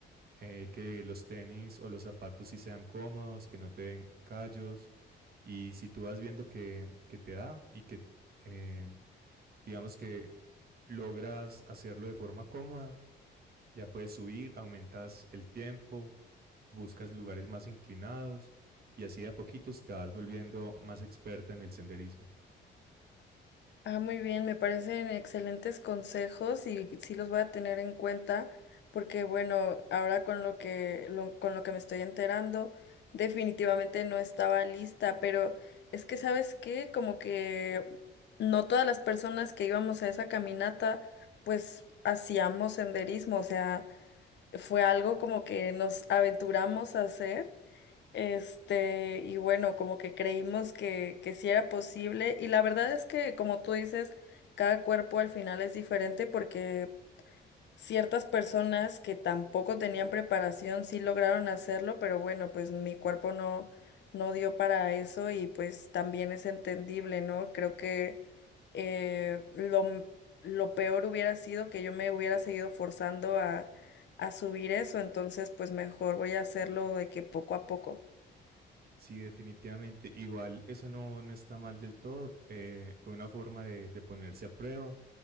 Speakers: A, on the right; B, on the left.
A: Eh, que los tenis o los zapatos sí sean cómodos, que no te den callos, y si tú vas viendo que, que te da y que eh, digamos que logras hacerlo de forma cómoda, ya puedes subir, aumentas el tiempo, buscas lugares más inclinados y así de a poquitos te vas volviendo más experta en el senderismo.
B: Ah, muy bien, me parecen excelentes consejos y sí los voy a tener en cuenta porque bueno, ahora con lo que lo- con lo que me estoy enterando, definitivamente no estaba lista, pero es que ¿sabes qué? Como que no todas las personas que íbamos a esa caminata pues hacíamos senderismo, o sea, fue algo como que nos aventuramos a hacer, este, y bueno, como que creímos que, que sí era posible, y la verdad es que, como tú dices, cada cuerpo al final es diferente porque Ciertas personas que tampoco tenían preparación sí lograron hacerlo, pero bueno, pues mi cuerpo no, no dio para eso y pues también es entendible, ¿no? Creo que eh, lo, m- lo peor hubiera sido que yo me hubiera seguido forzando a, a subir eso, entonces pues mejor voy a hacerlo de que poco a poco.
A: Sí, definitivamente. Igual eso no, no está mal del todo. Eh, fue una forma de, de ponerse a prueba